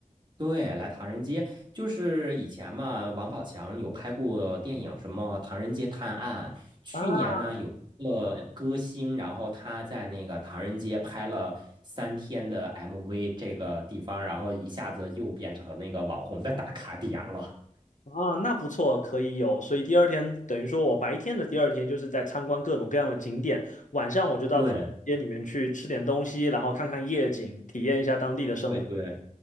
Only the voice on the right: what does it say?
对，来唐人街，就是以前嘛，王宝强有拍过电影，什么《唐人街探案》。去年呢，
有一个歌星，然后他在那个唐人街拍了三天的 MV，这个地方，然后一下子又变成那个网红的打卡点了。
对，
对，对，